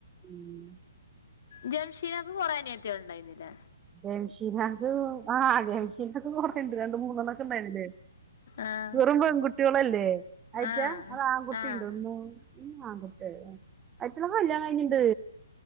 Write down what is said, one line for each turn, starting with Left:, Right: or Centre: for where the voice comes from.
Right: ഉം
Left: ജംഷീനക്ക് കൊറേ അനത്തിയാൾ ഇണ്ടായിനിലെ
Right: ജംഷീനക് ആ ഗംഷീനക്കെ കൊറണ്ട് രണ്ട് മൂന്നെണ്ണ ഒക്കെ ഇണ്ടതില്
Left: ആഹ്
Right: വെറും പെൺകുട്ടിയോളല്ലേ അയച്ച
Left: ആഹ്
Right: അത് ആൺകുട്ടിണ്ട്
Left: ആഹ്
Right: ഒന്ന് ഒന്ന് ആൺകുട്ടിയ അയിറ്റളെ കല്യാണം കഴിഞ്ഞിണ്ട്